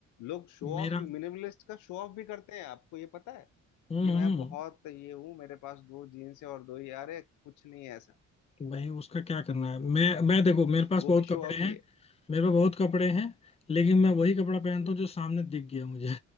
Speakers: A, on the left (about 80°); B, on the left (about 20°).
A: लोग शो
B: मेरा
A: ऑफ मिनिमलिस्ट का शो ऑफ भी करते हैं आपको ये पता है
B: हम्म
A: कि
B: हम्म,
A: मैं बहुत ये हूँ मेरे पास दो जीन्स है और दो ही यार है कुछ नहीं है ऐसा
B: भाई उसका क्या करना है मैं मैं देखो मेरे पास
A: वो
B: बहुत
A: भी शो
B: कपड़े
A: ऑफ
B: हैं
A: ही है
B: मेरे पास बहुत कपड़े हैं लेकिन मैं वही कपड़ा पहनता हूँ जो सामने दिख गया मुझे